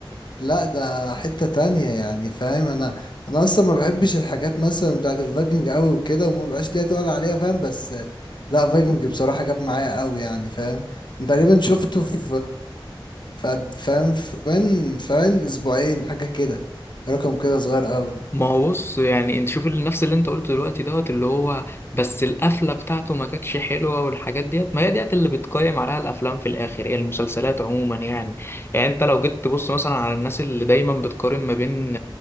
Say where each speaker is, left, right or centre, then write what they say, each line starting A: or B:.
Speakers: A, on the left; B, on the left.
A: لا ده حتة تانية يعني فاهم انا انا اصلا ما بحبش الحاجات مثلا بتاعت الفايكنج قوي وكده وما بقاش ليا تقول عليها فاهم بس لا فايكنج بصراحة جاب معايا قوي يعني فاهم تقريبا شفته في في قد- فاهم في من فاهم اسبوعين حاجة كده رقم كده صغير قوي
B: ما هو بص يعني انت شوف اللي- نفس اللي انت قلته دلوقتي دوت اللي هو بس القفله بتاعته ما كانتش حلوه والحاجات ديت ما هي ديت اللي بتقيم عليها الافلام في الاخر هي المسلسلات عموما يعني يعني انت لو جيت تبص مثلا على الناس اللي دايما بتقارن ما بين